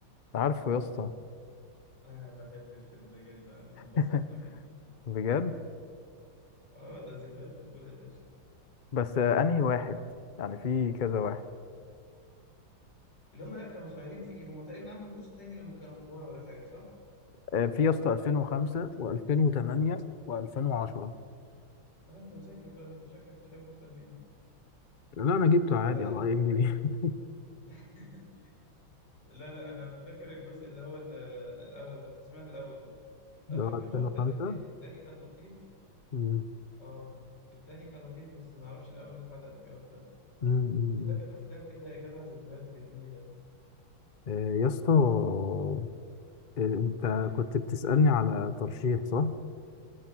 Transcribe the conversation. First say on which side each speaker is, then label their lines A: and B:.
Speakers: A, on the left (about 75°); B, on the left (about 55°).
A: عارفه يا اسطى
B: أنا بحب الفيلم ده جدا إحنا انبسطنا
A: <laughs>
B: جدا
A: بجد
B: آه ده ذكريات طفولة يا باشا
A: بس آه، انهي واحد يعني في كذا واحد
B: اللي هم لأ كانوا صغيرين فيه هم تقريبا عملوا جزء تاني لما كانوا كبار ولا حاجة صح؟
A: آه، في يا اسطى 2005 و2008 و2010
B: هذا أنت مذاكر بقى ده أنت شكلك بتحبه أكتر مني
A: لا انا جبته
B: لا
A: عادي
B: لا
A: على
B: أنا فاكر
A: اي ام دي بي <laughs>
B: <laughs> لا لا أنا فاكر الجزء اللي هو ال- الأول ده إحنا سمعنا الأول ده
A: اللي
B: حبيته
A: هو 2005
B: اكتر من التاني التاني كان لطيف
A: مم.
B: اه التاني كان لطيف بس ما اعرفش الاول ده اتعلقت بيه اكتر منه
A: مم. مم.
B: بس ده كانت افلام كده يا جدع ذكريات جميله
A: آه، يا اسطى آه، انت
B: إيه.
A: كنت بتسألني على ترشيح صح؟